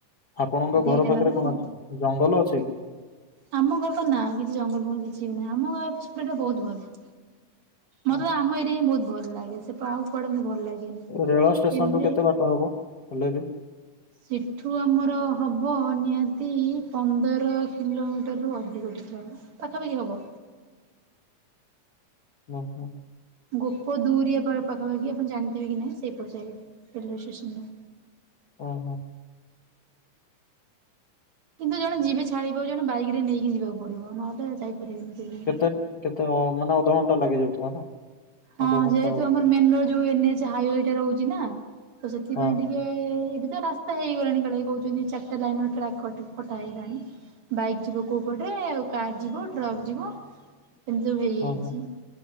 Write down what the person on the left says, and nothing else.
ଆପଣଙ୍କ
ଘର ପାଖରେ
କଣ ଅଛି? ଜଙ୍ଗଲ ଅଛି କି?
ଓହୋ
ରେଳ ଷ୍ଟେସନ
ରୁ କେତେ ବାଟ ହବ ହେଲେ ବି?
ଓହୋ।
ଓହୋ।
କେତେ କେତେ ଓ ମାନେ ଅଧଘଣ୍ଟା ଲାଗିଯାଉଥିବ ନା
ଅଧଘଣ୍ଟା
ହଁ
ହଁ
ହଁ